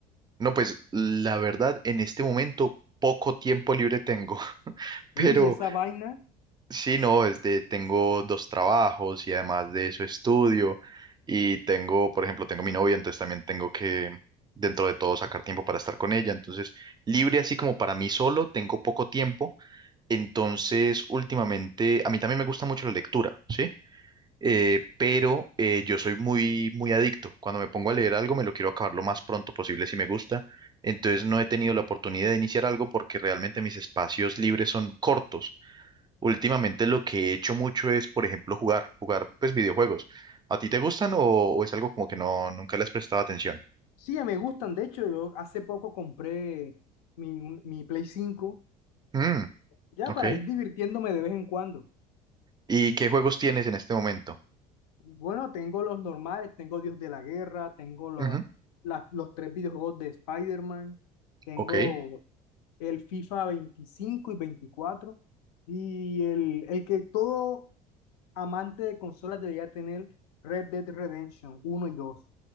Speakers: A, on the right; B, on the left.
A: No, pues la verdad, en este momento poco tiempo libre tengo, <laughs> pero
B: Uy, esa vaina.
A: sí, no, es de, tengo dos trabajos y además de eso estudio y tengo, por ejemplo, tengo mi novia, entonces también tengo que, dentro de todo, sacar tiempo para estar con ella. Entonces, libre así como para mí solo, tengo poco tiempo. Entonces, últimamente, a mí también me gusta mucho la lectura, ¿sí? eh, pero eh, yo soy muy, muy adicto. Cuando me pongo a leer algo, me lo quiero acabar lo más pronto posible si me gusta. Entonces no he tenido la oportunidad de iniciar algo porque realmente mis espacios libres son cortos. Últimamente lo que he hecho mucho es, por ejemplo, jugar, jugar pues videojuegos. ¿A ti te gustan o, o es algo como que no, nunca le has prestado atención?
B: Sí, ya me gustan. De hecho, yo hace poco compré mi, mi Play cinco,
A: Mm,
B: ya
A: ok.
B: para ir divirtiéndome de vez en cuando.
A: ¿Y qué juegos tienes en este momento?
B: Bueno, tengo los normales, tengo Dios de la Guerra, tengo lo-
A: Ujú,
B: la- los tres videojuegos de Spider-Man, tengo
A: ok.
B: el FIFA veinticinco y veinticuatro y el, el que todo amante de consolas debería tener, Red Dead Redemption uno y dos,